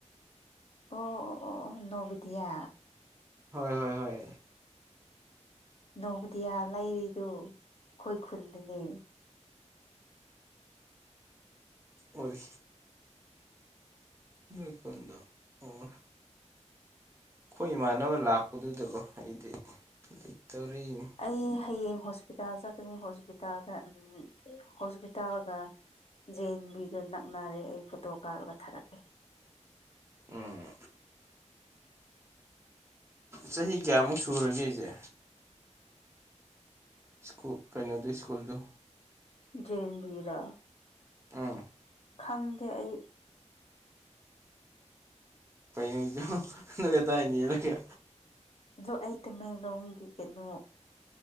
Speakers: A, on the left (about 55°); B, on the right (about 20°).
A: ꯑꯣ ꯑꯣ ꯑꯣ ꯅꯣꯕꯤꯗꯤꯌꯥ
B: ꯍꯣꯏ ꯍꯣꯏ ꯍꯣꯏ
A: ꯅꯣꯕꯗꯤꯌꯥ ꯂꯩꯔꯤꯗꯨ ꯑꯈꯣꯏ ꯈꯨꯟꯗꯅꯦ
B: ꯑꯣꯏ ꯅꯣꯏꯈꯨꯟꯗ ꯑꯣ ꯑꯩꯈꯣꯏ ꯏꯃꯥꯟꯅꯕ ꯂꯥꯛꯄꯗꯨꯗꯀꯣ ꯑꯩꯗꯤ ꯂꯩꯇꯧꯔꯤꯅꯤ
A: ꯑꯩ ꯍꯌꯦꯡ ꯍꯣꯁ ꯄꯤꯇꯥꯜ ꯆꯠꯀꯅꯤ ꯍꯣꯁꯄꯤꯇꯥꯜꯗ ꯎꯝ ꯍꯣꯁꯄꯤꯇꯥꯜꯒ ꯖꯦ ꯑꯦꯟ ꯕꯤꯒ ꯅꯛꯅꯔꯦ ꯑꯩ ꯐꯣꯇꯣ ꯀꯥꯞꯔꯒ ꯊꯥꯔꯛꯀꯦ <inaudible>
B: ꯎꯝ ꯆꯍꯤ ꯀꯌꯥꯃꯨꯛ ꯁꯨꯔꯒꯦꯁꯦ ꯁ꯭ꯀꯨ ꯀꯩꯅꯣꯗꯨ ꯁ꯭ꯀꯨꯜꯗꯣ
A: ꯖꯦꯑꯦꯟꯕꯤꯔꯣ
B: ꯎꯝ
A: ꯈꯪꯗꯦ ꯑꯩ
B: ꯀꯩꯅꯣ ꯅꯣꯏ ꯑꯗꯥꯏꯅꯤꯔꯒ
A: ꯑꯗꯣ ꯑꯩ ꯇꯃꯦꯡꯂꯣꯡꯒꯤ ꯀꯩꯅꯣ